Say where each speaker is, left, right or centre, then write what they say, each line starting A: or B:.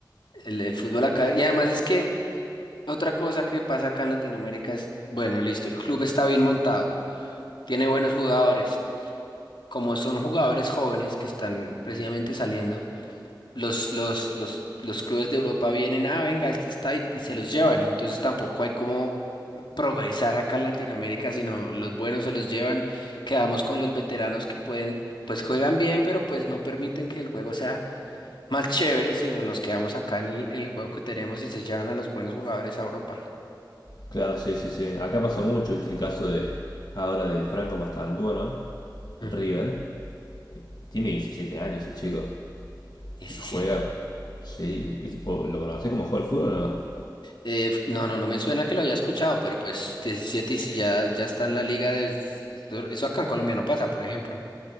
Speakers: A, on the left; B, on the left.
A: el, el fútbol acá. Y además es que Otra cosa que pasa acá en Latinoamérica es, bueno, listo, el club está bien montado, tiene buenos jugadores. Como son jugadores jóvenes que están precisamente saliendo, los, los, los, los clubes de Europa vienen, ah, venga, este está y, y se los llevan. Entonces tampoco hay como progresar acá en Latinoamérica, sino los buenos se los llevan. Quedamos con los veteranos que pueden, pues juegan bien, pero pues no permiten que el juego sea más chévere, sino nos quedamos acá en el, en el juego que tenemos y se llevan a los buenos jugadores a Europa.
B: Claro, sí, sí, sí. Acá pasa mucho, viste el caso de ahora de Franco Mastantuono,
A: Ujú.
B: en River. Tiene 17 años el chico
A: diecisiete
B: y juega. Sí, ¿viste? ¿Vos ¿lo conocés como juega el fútbol o no?
A: Eh, no, no, no me suena que lo haya escuchado, pero pues 17 y si ya, ya está en la liga de... Eso acá en Colombia no pasa, por ejemplo.